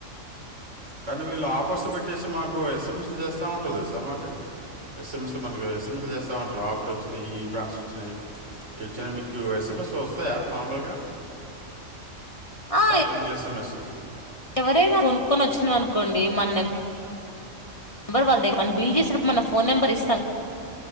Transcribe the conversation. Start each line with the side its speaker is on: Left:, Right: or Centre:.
Right: కానీ వీళ్ళు ఆఫర్స్ పెట్టేసి మాకు ఎస్ఎంఎస్లు చేస్తా. ఉంటు. ఎస్సమ్మ అంటే ఎస్ఎంఎస్ మనకిఎస్ఎంఎస్ చేస్తామంటారు. ఆఫర్ వచ్చినాయి. ట్రాన్సిషన్, వచ్చినా మీకు ఎస్ఎంఎస్ వస్తాయా. మామూలుగా
Left: ఆ
Right: షాపింగ్ ఎస్ఎంఎస్.
Left: ఎవరైనా కొనుక్కొని వచ్చినా. అనుకోండి మన నె. నంబర్ వాళ్ళదే మన బిల్ చేసేప్పుడు మ న ఫోన్ నంబర్ ఇస్తాం.